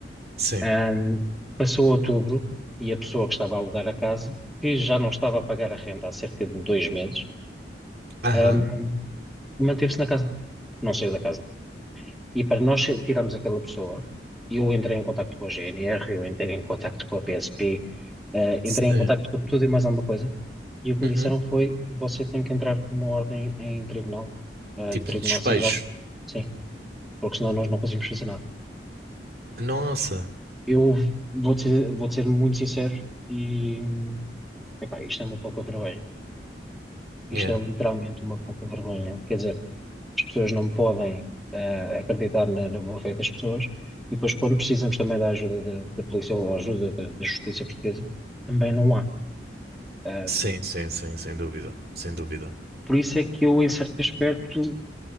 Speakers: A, on the right; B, in the centre.
A: sim.
B: Ahm, passou outubro e a pessoa que estava a alugar a casa, que já não estava a pagar a renda há cerca de dois meses,
A: Aham.
B: ahm, manteve-se na casa, não saiu da casa. E para nós tirarmos aquela pessoa, eu entrei em contacto com a GNR, eu entrei em contacto com a PSP, ah,
A: Sim.
B: entrei em contacto com tudo e mais alguma coisa, e o que
A: Uhum.
B: me disseram foi: você tem que entrar com uma ordem em tribunal, ah,
A: Tipo
B: tribunal
A: de despejo.
B: civil, sim, porque senão nós não conseguimos fazer nada.
A: Nossa.
B: Eu vou-te ser, vou-te ser muito sincero e. Epá, isto é uma pouca vergonha. Isto
A: Yeah.
B: é literalmente uma pouca vergonha. Quer dizer, as pessoas não podem eh, acreditar na, na boa fé das pessoas e depois, quando precisamos também da ajuda da, da polícia ou ajuda da, da justiça portuguesa, também não há. Ahm,
A: Sim, sim, sim, sem dúvida. Sem dúvida.
B: por isso é que eu, em certo aspecto,